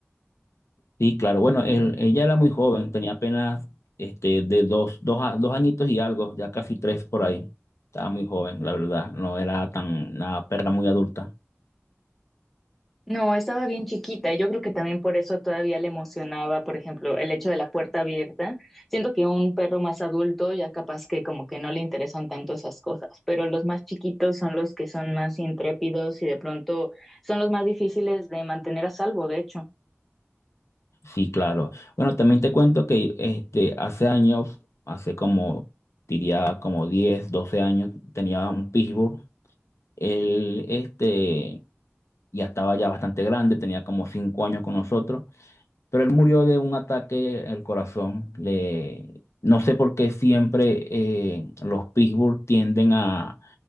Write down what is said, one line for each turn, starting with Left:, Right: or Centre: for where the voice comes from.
Left: Sí, claro. Bueno, él- ella era muy joven, tenía apenas este, de dos, dos, a- dos añitos y algo, ya casi tres por ahí. Estaba muy joven, la verdad. No era tan una perra muy adulta.
Centre: No, estaba bien chiquita y yo creo que también por eso todavía le emocionaba, por ejemplo, el hecho de la puerta abierta. Siento que un perro más adulto ya capaz que como que no le interesan tanto esas cosas, pero los más chiquitos son los que son más intrépidos y de pronto son los más difíciles de mantener a salvo, de hecho.
Left: Sí, claro. Bueno, también te cuento que este, hace años, hace como, diría como 10, 12 años, tenía un pitbull. Él este, ya estaba ya bastante grande, tenía como 5 años con nosotros. Pero él murió de un ataque al corazón. Le... No sé por qué siempre eh, los Pittsburgh tienden a,